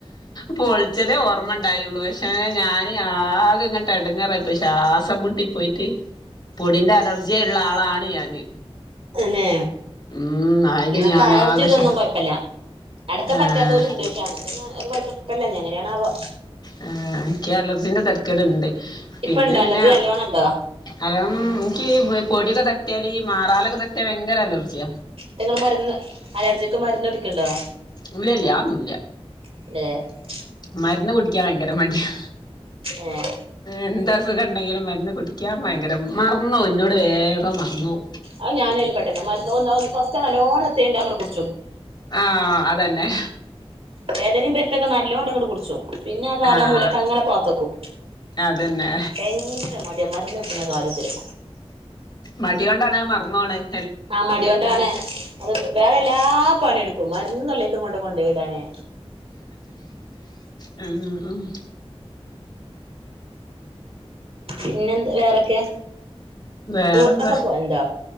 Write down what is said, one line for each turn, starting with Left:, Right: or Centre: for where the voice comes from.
Left: പ്പൊളിച്ചതേ ഓർമ്മ ഇണ്ടായിള്ളു പക്ഷെ ഞാന് ആകെ ഇങ്ങട്ട് എടങ്ങാറായിപ്പ ശ്വാസംമുട്ടിപോയിട്ട് പൊടിന്റെ അലർജിയള്ള ആളാണ് ഞാന്
Right: അന്നെ
Left: ഉം അയില്
Right: ഞങ്ങക്ക്
Left: ഞാൻ
Right: അലർജി
Left: ആകെ
Right: ഇതൊന്നും
Left: ശ്വാ
Right: കോയപ്പല്ല അടക്ക
Left: ഏഹ്
Right: പറ്റാത്ത പോലും ഇണ്ട് പക്ഷെ ക്ക്ന്ന അത് കുഴപ്പില്ല ഞ നെണാവോ
Left: ആ എൻക്ക് അലർജിന്റെ തെരക്കേട് ഇണ്ട് പിന്നെ
Right: ഇപ്പ ഇണ്ടോ
Left: പിന്നെ
Right: അലർജി നല്ലോണം ഇണ്ടോ
Left: കാരണം ഇൻക്ക് പൊടിക്കെ തട്ടിയാല് മാറാലൊക്കെ തട്ടിയാ ഭയങ്കര അലർജിയാ
Right: നിങ്ങള് മര്ന്ന് അലർജിക്ക് മരുന്ന് കുടിക്ക്ണ്ടോ
Left: ഇല്ലല്ല അഒന്നുല്ല
Right: <unintelligible>
Left: മരുന്ന് കുടിക്കാന് ങ്കര മടിയാ
Right: ഏഹ്
Left: എന്ത സുഖം ഉണ്ടെങ്കിലും മരുന്ന് കുടിക്കാൻ ഭയങ്കര മറന്നോവും ഇന്നോട് വേഗം മറന്നോവും
Right: അഹ് ഞാനും അയ്ല് പെട്ടെന്നെ <unintelligible> നല്ലോണം പ്രതേകം ണ്ടാവുമ്പൻഡ് കു
Left: ആ അതന്നെ.
Right: വേദനേം പെര്ത്തൊക്കെ നല്ലോം ണ്ടെങ്കണ്ട് കുട്ച്ചും പിന്നെ ആ കാല
Left: ആഹ്
Right: മൂലക്കങ്ങനെ പാത്തക്കും
Left: അതന്നെ
Right: ഭയങ്കര മടിയാ മ <unintelligible> കാര്യത്തില്
Left: മടി ഓണ്ടാണഹ് മറന്നോണഹ്
Right: ആഹ് മടി കൊണ്ടാണ് അത് വേറെ എല്ലാ പണിയെടുക്കും മരുന്ന് തലേ <unintelligible> കൊണ്ടെയ്ടാനേ
Left: ആ ഉം.
Right: പിന്നെ എന്ത് വേറെക്കെ?
Left: വേറെന്താ
Right: ടൂറിനൊക്കെ പോവലുണ്ടോ